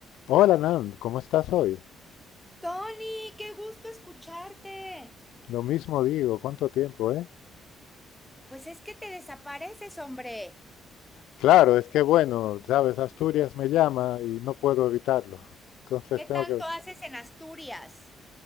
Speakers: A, on the left; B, in the centre.
A: Hola Nan, ¿cómo estás hoy?
B: Tony, qué gusto escucharte.
A: Lo mismo digo, ¿cuánto tiempo, eh?
B: Pues es que te desapareces, hombre.
A: Claro, es que bueno, sabes, Asturias me llama y no puedo evitarlo. Entonces
B: ¿Qué
A: tengo
B: tanto
A: que,
B: haces en Asturias?